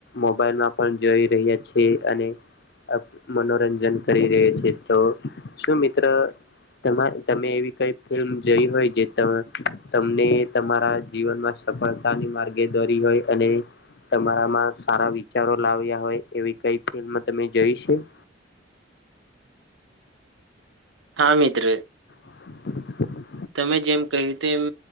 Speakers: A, on the left; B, on the right.
A: મોબાઈલમાં પણ જોઈ રહ્યા છે અને અપ મનોરંજન કરી રહેછે તો શું મિત્ર તમાર તમે એવી કઈ ફિલ્મ જઈ હોય જે તમને તમારા જીવનમાં સફળતાની માર્ગે દોરી હોય અને તમારામાં સારા વિચારો લાવ્યા હોય એવી કઈ ફિલ્મ તમે જોઈ સે
B: હા મિત્ર
A: <inaudible>
B: તમે જેમ કહ્યું તે એમ